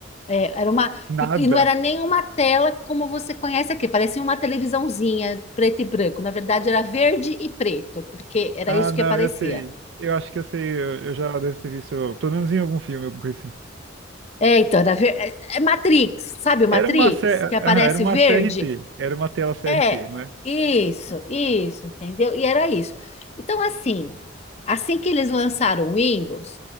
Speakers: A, on the left; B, on the right.
A: É, era uma,
B: Nada.
A: e, e não era nem uma tela como você conhece aqui, parecia uma televisãozinha preto e branco. Na verdade, era verde e preto, porque era
B: Ah,
A: isso que
B: não,
A: aparecia.
B: eu sei. Eu acho que eu sei, eu, eu já devo ter visto, pelo menos em algum filme, alguma coisa assim.
A: É, então, era ver, é, é Matrix, sabe o Matrix?
B: Era uma, C...
A: Que aparece
B: ah, era uma
A: verde?
B: CRT, era uma tela CRT,
A: É,
B: não é?
A: isso, isso, entendeu? E era isso. Então, assim, assim que eles lançaram o Windows,